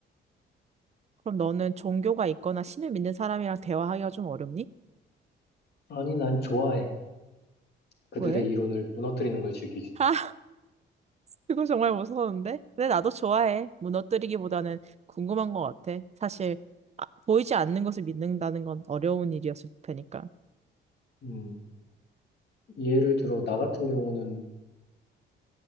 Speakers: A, on the right (about 35°); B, on the left (about 55°).
A: 그럼 너는 종교가 있거나 신을 믿는 사람이랑 대화하기가 좀 어렵니?
B: 아니, 난 좋아해. 그들의
A: 왜?
B: 이론을 무너뜨리는 걸 즐기지.
A: <laughs> 그거 정말 무서운데? 근데 나도 좋아해. 무너뜨리기보다는 궁금한 것 같아. 사실, 아, 보이지 않는 것을 믿는다는 건 어려운 일이었을 테니까.
B: 음, 예를 들어, 나 같은 경우는